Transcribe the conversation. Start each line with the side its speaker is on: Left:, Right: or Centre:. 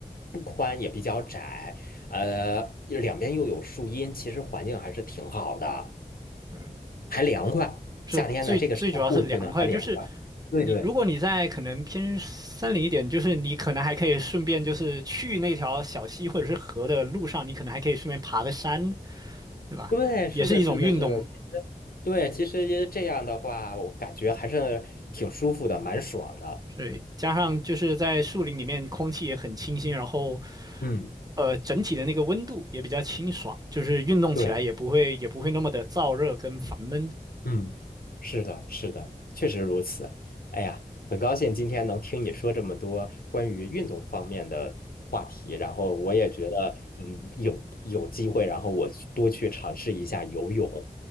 Left: 不宽也比较窄，呃，两边又有树荫，其实环境还是挺好的，
Right: 嗯。
Left: 还凉快。
Right: 是最最主要是凉快，
Left: 夏天呢，这个时候过去呢还凉快。
Right: 就是
Left: 对对
Right: 你如果你在可能偏森林一点，就是你可能还可以顺便就是去那条小溪或者是河的路上，你可能还可以顺便爬个山，对吧？
Left: 对，是的，
Right: 也是一种运动。
Left: 是的，是的，其实对，其实这样的话，我感觉还是挺舒服的，蛮爽的。
Right: 所以加上就是在树林里面空气也很清新，然后
Left: 嗯，
Right: 呃整体的那个温度也比较清爽，就是运动起来也不会也不会那么的燥热跟烦闷。
Left: 对，嗯，是的，是的，确实如此。哎呀，很高兴今天能听你说这么多关于运动方面的话题，然后我也觉得，嗯，有有机会，然后我去多去尝试一下游泳。